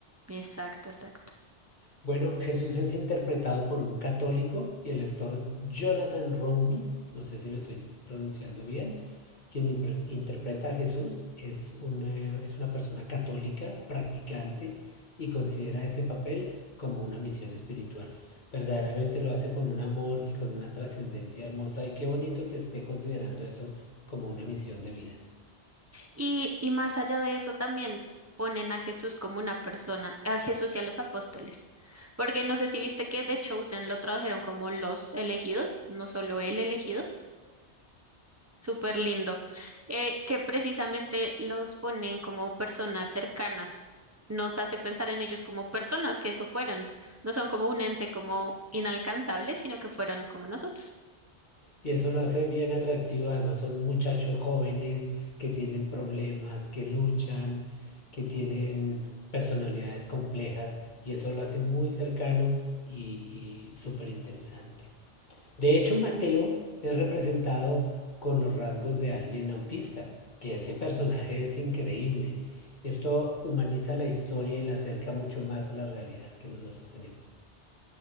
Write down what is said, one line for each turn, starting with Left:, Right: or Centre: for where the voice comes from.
Right: exacto, exacto.
Left: Bueno, Jesús es interpretado por un católico y el actor Jonathan Romy, no sé si lo estoy pronunciando bien, quien impre- interpreta a Jesús es una, es una persona católica, practicante y considera ese papel como una misión espiritual. Verdaderamente lo hace con un amor y con una trascendencia hermosa y qué bonito que esté considerando eso como una misión de vida.
Right: Y, y más allá de eso, también ponen a Jesús como una persona, a Jesús y a los apóstoles. Porque no sé si viste que The Chosen lo tradujeron como los elegidos, no solo el elegido. Súper lindo. Eh, que precisamente los ponen como personas cercanas. Nos hace pensar en ellos como personas que eso fueron. No son como un ente como inalcanzable, sino que fueron como nosotros.
Left: Y eso lo hace bien atractivo. Además, son muchachos jóvenes que tienen problemas, que luchan, que tienen personalidades complejas. Y eso lo hace muy cercano y, y súper interesante. De hecho, Mateo es representado con los rasgos de alguien autista, que ese personaje es increíble. Esto humaniza la historia y la acerca mucho más a la realidad que nosotros tenemos.